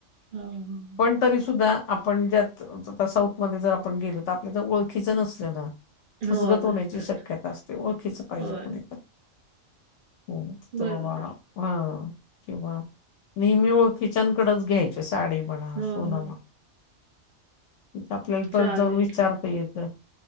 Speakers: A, on the right; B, on the left.
A: हं हं हं.
B: पण तरी सुुद्धा आपण ज्यात साऊथ मध्ये जर आपण गेलो, तर आपल्याला ओळखीच नसल ना फसगत
A: हो नसतात
B: होण्याची शक्यता असते. ओळखीच पाहिजे
A: होय
B: कुणी होत
A: बरोबर
B: बाबा हा, किंवा नेहमी ओळखीच्यांकडेच घ्यायच. साडी म्हणा,
A: हो
B: सोन
A: हो.
B: म्हणा. तिथं आपल्याला परत
A: चालेल
B: जाऊन विचारता
A: चालेल
B: येत.